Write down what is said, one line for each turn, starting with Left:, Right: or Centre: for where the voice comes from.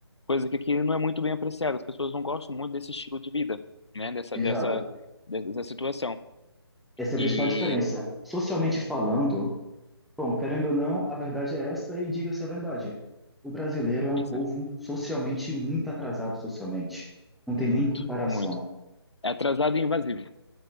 Left: coisa que aqui não é muito bem apreciada. As pessoas não gostam muito desse estilo de vida, né? Dessa,
Centre: Exato.
Left: dessa, dessa situação.
Centre: Essa é a
Left: E
Centre: principal diferença. Socialmente falando, Bom, querendo ou não, a verdade é essa e diga-se a verdade. O brasileiro é um
Left: isso
Centre: povo
Left: é
Centre: socialmente muito atrasado socialmente. Não
Left: muito,
Centre: tem nem comparação.
Left: muito. É atrasado e invasivo.